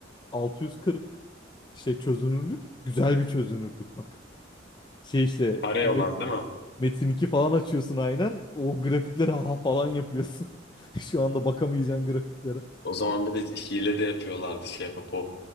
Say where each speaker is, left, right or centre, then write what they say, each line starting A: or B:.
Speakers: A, on the left; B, on the left.
A: 640 şey çözünürlük güzel bir çözünürlük bak. Şey işte
B: Kare
A: me-
B: olan değil mi?
A: Metin iki falan açıyorsun aynen. O grafiklere ha falan yapıyorsun. <laughs> Şu anda bakamayacağın grafiklere.
B: O zaman bir de hile de yapıyorlardı şey yapıp o